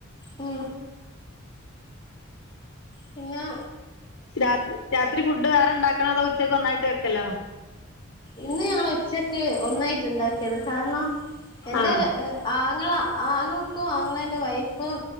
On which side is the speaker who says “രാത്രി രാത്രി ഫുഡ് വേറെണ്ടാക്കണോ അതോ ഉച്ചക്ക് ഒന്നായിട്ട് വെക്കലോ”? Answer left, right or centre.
Left